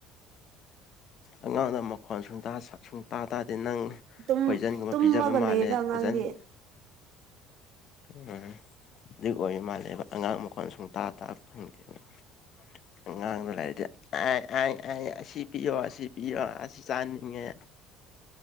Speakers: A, on the left; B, on the right.
A: ꯑꯉꯥꯡꯗ ꯃꯈꯣꯟ ꯁꯨꯡꯇꯥ ꯁꯨꯡꯇꯥ ꯇꯥꯗꯦ ꯅꯪ
B: ꯇꯨꯝ
A: ꯄꯣꯏꯖꯟꯒꯨꯝꯕ
B: ꯇꯨꯝꯃꯒ
A: ꯄꯤꯖꯕ ꯃꯥꯜꯂꯦ
B: ꯂꯩꯌꯦꯗ ꯑꯉꯥꯡꯗꯤ
A: ꯐꯖꯟ ꯎꯝ ꯑꯗꯨ ꯑꯣꯏ ꯃꯥꯜꯂꯦꯕ ꯑꯉꯥꯡ ꯃꯈꯣꯟ ꯁꯨꯡꯇꯥ ꯇꯥ ꯐꯪꯗꯦꯕ ꯑꯉꯥꯡ ꯂꯩꯔꯗꯤ ꯑ ꯑ ꯑ ꯁꯤ ꯄꯤꯌꯣ ꯁꯤ ꯄꯤꯌꯣ ꯑꯁꯤ ꯆꯥꯅꯤꯡꯉꯦ